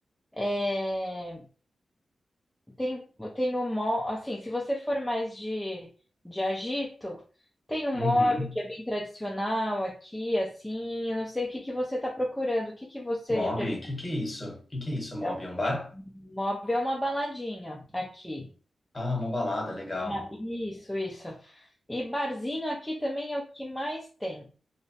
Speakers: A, in the centre; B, on the left.
A: É, tem, tem o Mob, assim, se você for mais de, de agito, tem o Mob,
B: Uhum.
A: que é bem tradicional aqui, assim. Eu não sei o que, que você está procurando, o que, que você
B: Mob?
A: prefere?
B: O que que é isso? O que que é isso, Mob?
A: É,
B: É um bar?
A: O Mob é uma baladinha aqui.
B: Ah, uma balada, legal.
A: Ah, Isso, isso. E barzinho aqui também é o que mais tem.